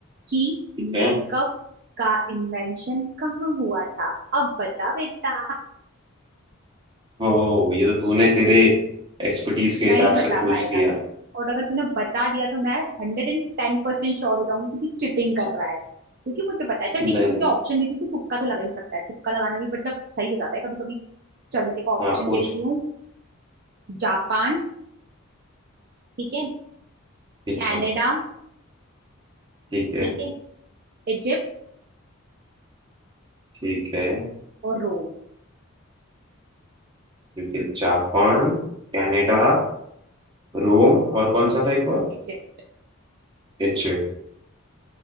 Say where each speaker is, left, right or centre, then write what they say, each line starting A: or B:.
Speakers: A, on the right; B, on the right.
A: कि
B: ठीक
A: मेकअप
B: है
A: का इन्वेंशन कहाँ हुआ था अब बता बेटा
B: ओ ये तो तूने तेरे एक्सपर्टीज के हिसाब
A: नहीं <laughs> बता
B: से पूछ
A: पाएगा
B: लिया
A: तू और अगर तूने बता दिया तो मैं हंड्रेड एंड टेन परसेंट श्योर हो जाऊंगी कि तू चिटिंग कर रहा है क्योंकि मुझे पता है चल ठीक
B: नहीं
A: है मैं
B: नहीं
A: तुझे ऑप्शन देती हूँ तू तुक्का तो लगा ही सकता है तुक्का लगाना भी मतलब सही हो जाता है कभी कभी चल मैं देखो ऑप्शन
B: हाँ पूछ
A: देती हूँ जापान ठीक है
B: ठीक
A: कनाडा
B: हाँ ठीक है
A: ठीक है इजिप्ट
B: ठीक है
A: और रोम
B: ठीक है जापान कनाडा रोम और कौन सा था एक और
A: इजिप्ट
B: इच्छे